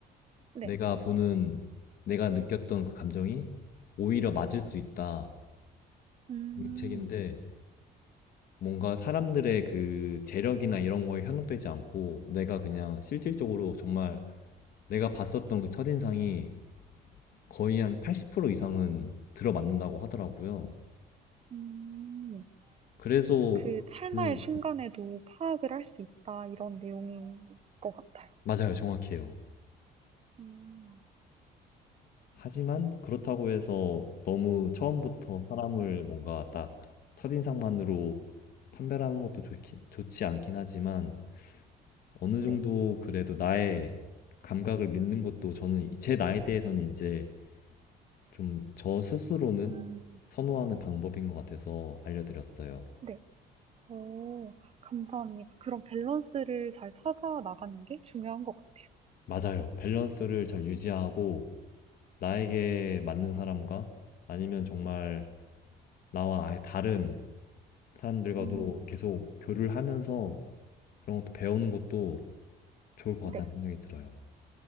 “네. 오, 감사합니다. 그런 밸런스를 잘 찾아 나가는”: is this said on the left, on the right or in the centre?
Right